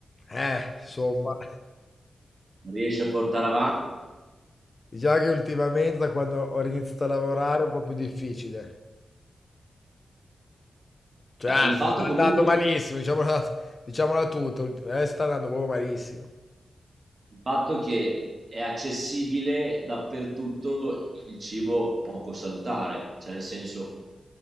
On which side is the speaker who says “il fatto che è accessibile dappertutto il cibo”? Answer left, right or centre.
Right